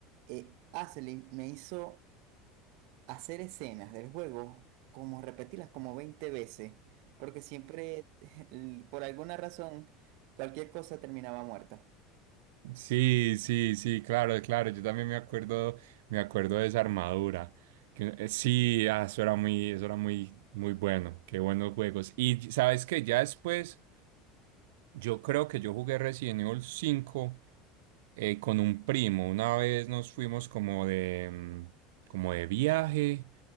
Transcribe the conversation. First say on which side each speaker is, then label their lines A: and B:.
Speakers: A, on the right; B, on the right.
A: eh, Aselin me hizo hacer escenas del juego, como repetirlas como 20 veces, porque siempre, <laughs> el- por alguna razón, cualquier cosa terminaba muerta.
B: Sí, sí, sí, claro, claro, yo también me acuerdo, me acuerdo de esa armadura. Que, eh, sí, ah, eso era muy, eso era muy, muy bueno, qué buenos juegos. Y sabes que ya después. Yo creo que yo jugué Resident Evil cinco eh, con un primo. Una vez nos fuimos como de, mm, como de viaje